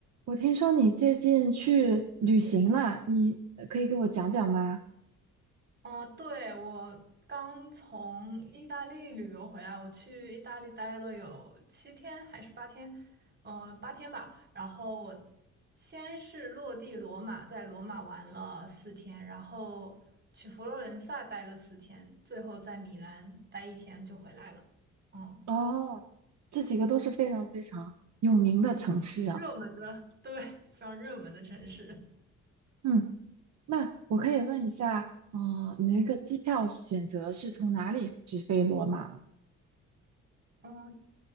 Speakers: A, on the right; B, on the right.
A: 我听说你最近去旅行了，你呃可以给我讲讲吗？
B: 哦，对，我刚从意大利旅游回来，我去意大利待了有七天还是八天，呃，八天吧。然后我先是落地罗马，在罗马玩了四天，然后去佛罗伦萨待了四天，最后在米兰待一天就回来了。嗯，
A: 哦，这几个都是非常非常有名的城市啊。
B: 热门的，对，非常热门的城市。
A: 嗯，那我可以问一下，嗯、你那个机票选择是从哪里直飞罗马吗？
B: 嗯，